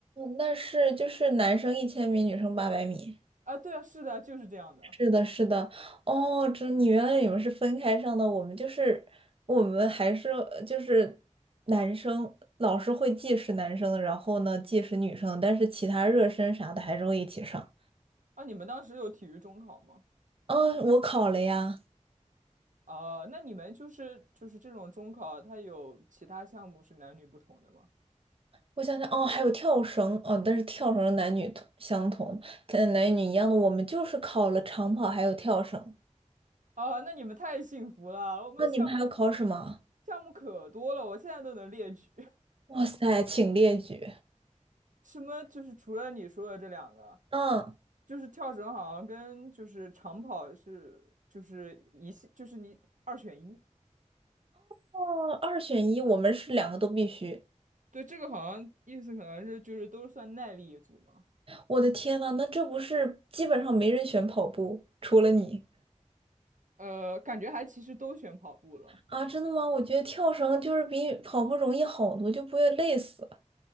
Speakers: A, on the right; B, on the right.
A: 那是就是男生一千米，女生八百米，
B: 啊，对啊，是的，就是这样的。
A: 是的是的，哦，这你原来你们是分开上的，我们就是我们还是就是男生，老师会计时男生，然后呢计时女生，但是其他热身啥的还是会一起上。
B: 啊，你们当时有体育中考吗？
A: 哦，我考了呀。
B: 啊，那你们就是就是这种中考，它有其他项目是男女不同的吗？
A: 我想想，哦，还有跳绳，哦，但是跳绳男女同相同，呃，男女一样的，我们就是考了长跑还有跳绳。
B: 啊，那你们太幸福了，我们项目。
A: 那你们还要考什么？
B: 项目可多了，我现在都能列举。<laughs>
A: 哇塞，请列举。
B: 什么就是除了你说的这两个，
A: 嗯，
B: 就是跳绳好像跟就是长跑是就是一系就是你二选一。
A: 哦，二选一，我们是两个都必须。
B: 对，这个好像意思可能是就是都算耐力一组嘛。
A: 我的天呐，那这不是基本上没人选跑步，除了你
B: 呃，感觉还其实都选跑步了。
A: 啊？真的吗？我觉得跳绳就是比跑步容易好多，就不会累死。